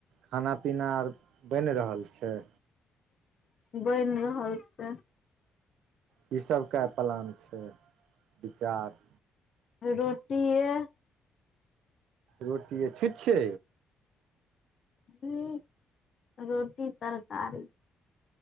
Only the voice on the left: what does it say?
बनि रहल छै
रोटीये
इह रोटी तरकारी